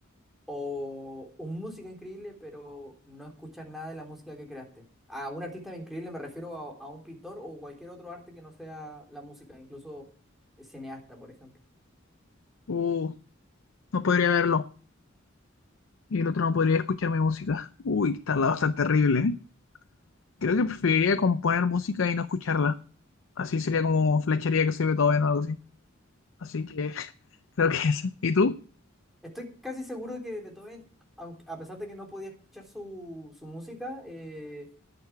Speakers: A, in the centre; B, on the left.
A: ¿O un músico increíble pero no escuchar nada de la música que creaste? A un artista increíble me refiero a, a un pintor o cualquier otro arte que no sea la música, incluso eh, cineasta, por ejemplo.
B: Uh, no podría verlo. Y el otro no podría escuchar mi música. Uy, que tal va a estar terrible, ¿eh? Creo que preferiría componer música y no escucharla. Así sería como flecharía que soy Beethoven o algo así. Así que <laughs> creo que esa. ¿Y tú?
A: Estoy casi seguro de que Beethoven, aunque, a pesar de que no podía escuchar su, su música, eh,